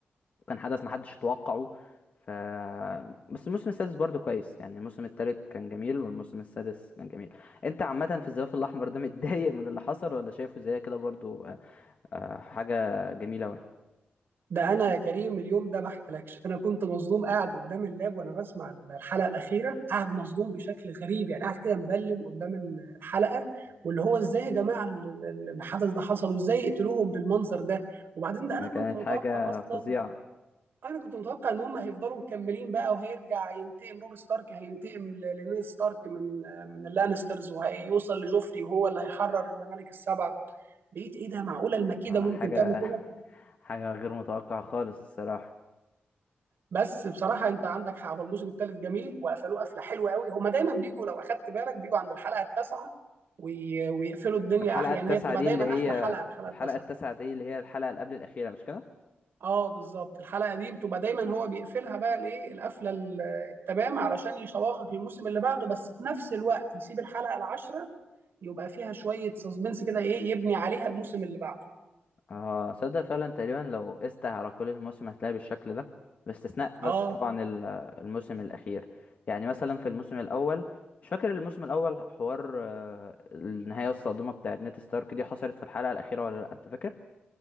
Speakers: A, on the left (about 40°); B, on the right (about 65°).
A: وكان حدث محدش يتوقعه ف بس الموسم السادس برضه كويس يعني الموسم التالت كان جميل والموسم السادس كان جميل أنت عامة في الزفاف الأحمر ده متضايق من اللي حصل ولا شايفه زي كده برضه آه، آه، حاجة جميلة أوي
B: ده انا يا كريم اليوم ده ما احكيلكش انا كنت مصدوم قاعد قدام اللاب وانا بسمع الحلقه الاخيره قاعد مصدوم بشكل غريب يعني قاعد كده مبلم قدام الحلقه واللي هو ازاي يا جماعه ال- ال- الحدث ده حصل وازاي قتلوهم بالمنظر ده وبعدين ده انا
A: آه،
B: كنت
A: كانت
B: متوقع
A: حاجة
B: اصلا
A: فظيعة
B: انا كنت متوقع ان هم هيفضلوا مكملين بقى وهيرجع ينتقم روب ستارك هينتقم ل- لنيد ستارك من من اللانسترز وهيوصل لجوفري وهو اللي هيحرر الممالك السبعه لقيت ايه ده معقوله المكيده
A: آه،
B: ممكن
A: حاجة
B: تعمل كده
A: حاجة غير متوقعة خالص الصراحة
B: بس بصراحه انت عندك حق هو الموسم الثالث جميل وقفلوه قفله حلوه قوي هما دايما بيجوا لو اخدت بالك بيجوا عند الحلقه التاسعه وي... ويقفلوا الدنيا
A: الحلقة
B: أح- يعني
A: التاسعة
B: هي بتبقى
A: دي
B: دايما
A: اللي هي
B: احلى حلقه الحلقه
A: الحلقة
B: التاسعه
A: التاسعة دي اللي هي الحلقة اللي قبل الأخيرة مش كده؟
B: اه بالظبط الحلقه دي بتبقى دايما هو بيقفلها بقى الايه القفله ال- التمام علشان يشوقك للموسم اللي بعده بس في نفس الوقت يسيب الحلقه العاشره يبقى فيها شويه سسبنس كده ايه يبني عليها الموسم اللي بعده
A: اه صدق فعلا تقريبا لو قست على كل الموسم هتلاقي بالشكل ده باستثناء
B: اه
A: بس طبعا ال- الموسم الأخير يعني مثلا في الموسم الأول مش فاكر الموسم الأول حوار آه، النهاية الصادمة بتاعت نيد ستارك دي حصلت في الحلقة الأخيرة ولا لأ أنت فاكر؟